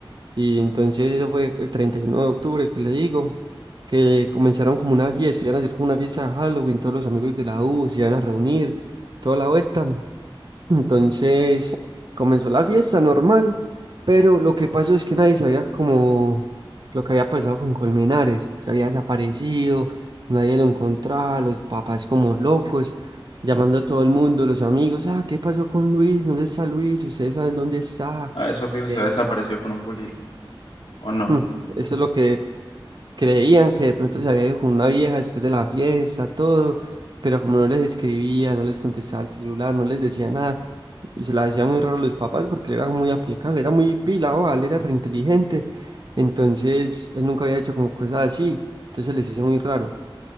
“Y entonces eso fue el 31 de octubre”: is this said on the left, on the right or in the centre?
Right